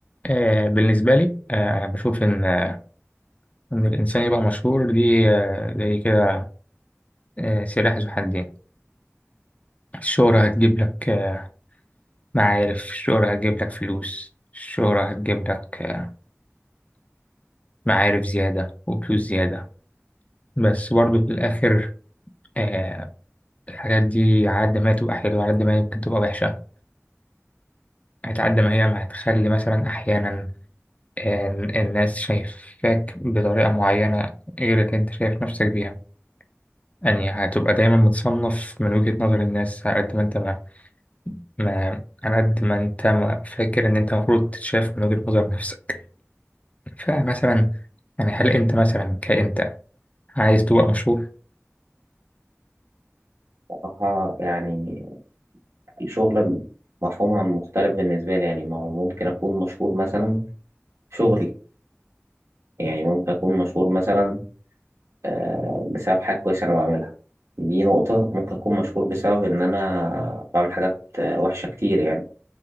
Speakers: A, on the left; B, on the right.
A: آه، بالنسبة لي آه، أنا بشوف إن آه، إن الإنسان يبقى مشهور دي آه، زي كده آه، سلاح ذو حدين الشهرة هتجيب لك آه، معارف الشهرة هتجيب لك فلوس الشهرة هتجيب لك آه، معارف زيادة وفلوس زيادة بس برضو في الآخر آه، الحاجات دي على قد ما هي تبقى حلوة على قد ما هي ممكن تبقى وحشة هتعد ما هي ما هتخلي مثلا أحيانا آه، الناس شايفاك بطريقة معينة غير اللي أنت شايف نفسك بيها يعني هتبقى دايما متصنف من وجهة نظر الناس على قد ما انت ما, ما على قد ما انت ما فاكر ان انت المفروض تتشاف من وجهة نظر نفسك فمثلا يعني هل انت مثلا كأنت عايز تبقى مشهور؟
B: بصراحة يعني الشغل مفهومها مختلف بالنسبة لي يعني ما هو ممكن أكون مشهور مثلا في شغلي يعني ممكن أكون مشهور مثلا آه، بسبب حاجة كويسة أنا بعملها دي نقطة ممكن أكون مشهور بسبب إن أنا بعمل حاجات آه، وحشة كتير يعني